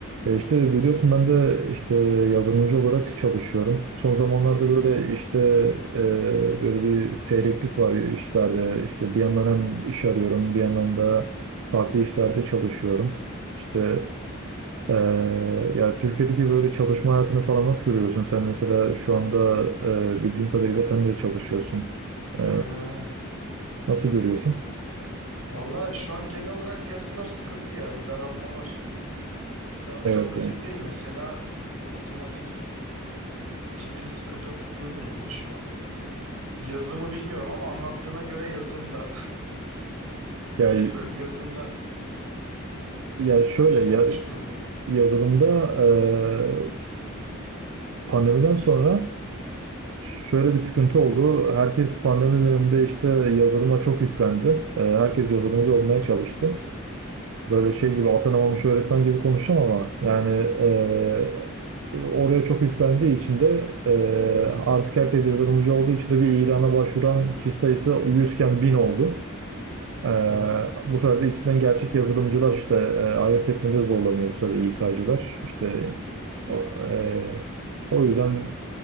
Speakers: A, on the right (about 65°); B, on the right (about 80°).
A: Ya işte biliyorsun ben de işte yazılımcı olarak çalışıyorum. Son zamanlarda
B: Hı hı.
A: böyle işte e, böyle bir seyreklik var ya işlerde. İşte bir yandan hem iş arıyorum, bir yandan da farklı işlerde çalışıyorum. İşte e, ya Türkiye'deki böyle çalışma hayatını falan nasıl görüyorsun? Sen mesela şu anda e, bildiğim kadarıyla sen de çalışıyorsun. E,
B: Aynen aynen.
A: nasıl görüyorsun?
B: Valla şu an genel olarak piyasalar sıkıntı ya. Bir daralma var. Ben otomotivdeyim
A: Evet yani.
B: mesela. Otomotiv ciddi sıkıntılı durumda şu an. Yazılımı bilmiyorum ama anlattığına göre yazılım da
A: Ya,
B: <laughs> yazılım da
A: ya şöyle
B: şey olmuş
A: ya,
B: durumda.
A: yazılımda e, pandemiden sonra Şöyle bir sıkıntı oldu. Herkes pandemi döneminde işte yazılıma çok yüklendi. Ee, Herkes yazılımcı olmaya çalıştı. Böyle şey
B: Hı hı.
A: gibi atanamamış öğretmen gibi konuşacağım ama yani e, oraya çok yüklendiği için de e, artık herkes yazılımcı olduğu için de bir ilana başvuran kişi sayısı 100 iken 1000 oldu. Ee,
B: Hı hı.
A: bu sefer içinden gerçek yazılımcılar işte e, ayırt etmede zorlanıyor bu sefer de İK'cılar. İşte o, e, o yüzden